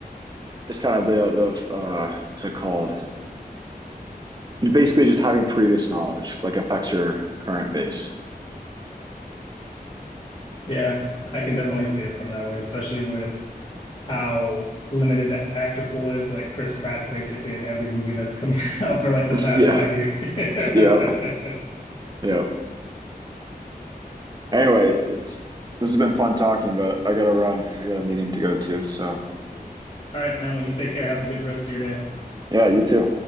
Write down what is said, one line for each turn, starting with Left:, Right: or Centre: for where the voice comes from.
Right: it's kind of the the uh what's it called basically just having previous knowledge like affects your current base
Left: yeah i can definitely see it from that way especially with how limited the actor pool is like chris pratt's basically in every movie that's coming <laughs> out for like the
Right: <laughs>
Left: past
Right: yeah
Left: five years <laughs>
Right: yeah yeah anyway it's this has been fun talking but i gotta run i got a meeting to go to so
Left: all right man well you take care have a good rest of your day
Right: yeah you too